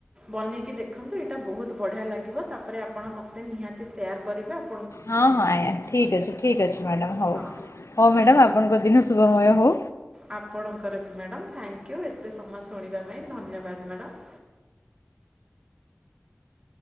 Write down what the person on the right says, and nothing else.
ବନେଇକି ଦେଖନ୍ତୁ ଏଇଟା ବହୁତ ବଢ଼ିଆ ଲାଗିବ। ତାପରେ ଆପଣ ମୋତେ ନିହାତି ସେୟାର କରିବେ ଆଉ।
ହଁ
ଆପଣଙ୍କର ବି ମ୍ୟାଡାମ୍ ଥ୍ୟାଙ୍କୟୁ ଏତେ ସମୟ ଶୁଣିବା ପାଇଁ ଧନ୍ୟବାଦ ମ୍ୟାଡାମ୍।